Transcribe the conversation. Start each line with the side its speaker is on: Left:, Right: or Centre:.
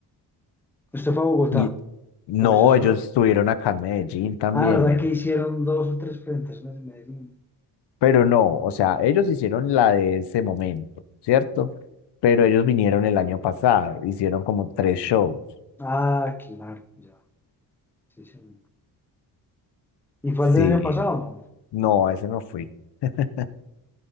Centre: ¿Usted fue a Bogotá?
Left: Y no,
Centre: ¿O esos fueron?
Left: ellos estuvieron acá en Medellín también.
Centre: Ah, ¿verdad que hicieron dos o tres presentaciones en Medellín?
Left: Pero no, o sea, ellos hicieron la de ese momento, ¿cierto? Pero ellos vinieron el año pasado, hicieron como tres shows.
Centre: Ah, claro, ya. Sí, sí. ¿Y fue
Left: Sí,
Centre: el del año pasado? No.
Left: no, a ese no fui. <laughs>